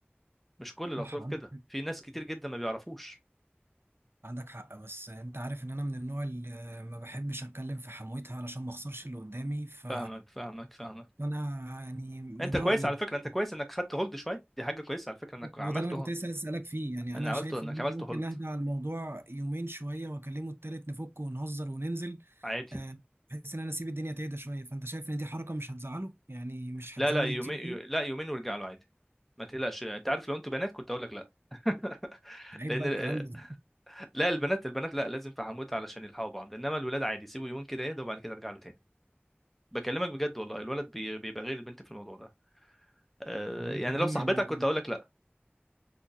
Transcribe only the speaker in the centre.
مش كل الاطراف
كده
في ناس كتير جدا ما بيعرفوش
فاهمك فاهمك فاهمك
انت كويس
على فكره انت كويس انك خدت هولد شويه دي حاجه كويسه على فكره انك عملته
ان
عملته
انك
عملت
هولد
عادي
لا
لا يومين
يو- لا يومين وارجع له عادي ما تقلقش انت عارف لو انتوا بنات كنت اقول لك لا <laughs>
لان
ال-
لا البنات البنات لا لازم في حموت علشان يلحقوا بعض انما الولاد عادي سيبوا يومين كده يهدوا وبعد كده ارجع له تاني بكلمك بجد والله الولد بي- بيبقى غير البنت في الموضوع ده آه،
يعني
لو صاحبتك
كنت اقول لك لا